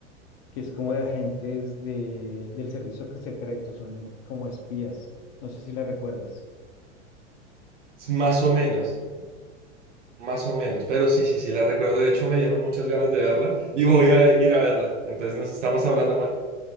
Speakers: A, on the left; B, on the right.
A: que es como de agentes de, del servicio secreto, son como espías. No sé si la recuerdas.
B: más o menos Más o menos, pero sí, sí, sí, la recuerdo. De hecho, me dieron muchas ganas de verla y voy a ir a verla. Entonces nos estamos hablando, Juan.